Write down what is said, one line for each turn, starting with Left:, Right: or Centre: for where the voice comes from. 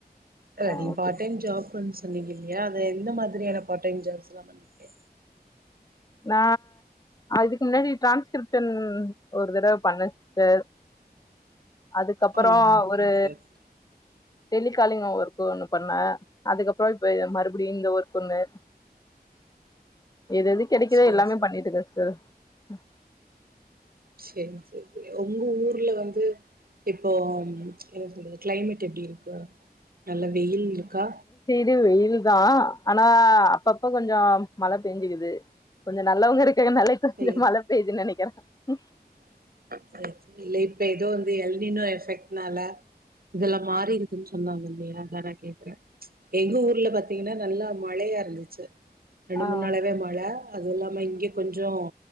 Right: அ
Left: ஆ
Right: நீங்க
Left: ஓகே
Right: பார்ட் டைம் ஜாப் னு சொன்னீங்க இல்லையா அது எந்த மாதிரியான பார்ட் டைம் ஜாப்ஸ் எல்லா பண்ணீங்க
Left: நா இதுக்கு முன்னாடி டிரான்ஸ்கிரிப்ஷன் ஒரு தடவ பண்ண சிஸ்டர் அதுக்கப்பற
Right: ஆ ஓகே
Left: ஒரு
Right: ஓகே ஓகே
Left: டெலிகாலிங்க ஒர்க்கு ஒண்ணு பண்ண அதுக்கப்பற இப்ப மறுபடியு இந்த ஒர்க் ஒண்ணு எது எது கெடைக்குதோ
Right: சேரி
Left: எல்லாமே
Right: சேரி
Left: பண்ணிட்டு இருக்க சிஸ்டர் ம்
Right: சேரி சேரி சேரி உங்க ஊர்ல வந்து இப்போ என்ன சொல்றது கிளைமேட் எப்டி இருக்கு நல்ல வெயில் இருக்கா
Left: இங்க வெயில்தா ஆனா அப்பப்ப கொஞ்ச மழ பேஞ்சுக்குது கொஞ்ச நல்லவங்க இருக் தே என்ன அழைக்க இந்த
Right: இல்ல
Left: மழ பெய்துன் நெனைக்கிற ம்
Right: <unintelligible> இல்ல இப்ப எதோ வந்து எல்னினோ எஃபெக்னால இதெல்லா மாறி இருக்குன்னு சொன்னாங்க இல்லையா அதா நா கேக்குற எங்க ஊர்ல பாத்தீங்கன்னா நல்லா மழை வியா இருந்துச்சு ரெண்டு
Left: ஆ
Right: மூண் நாளவே மழ அதுவுல்லாம இங்க கொஞ்சோ